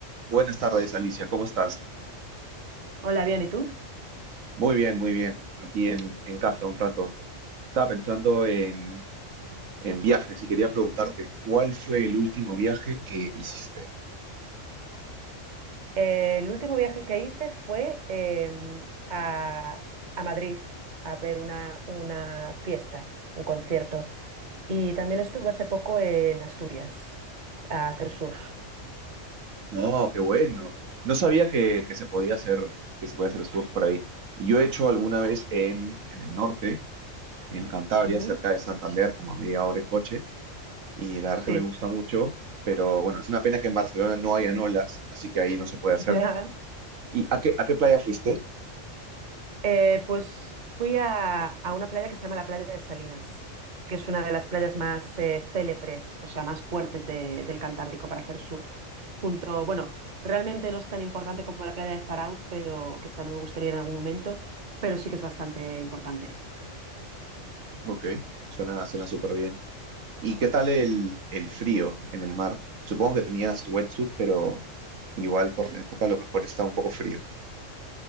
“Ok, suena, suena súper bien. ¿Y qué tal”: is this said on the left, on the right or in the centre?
Right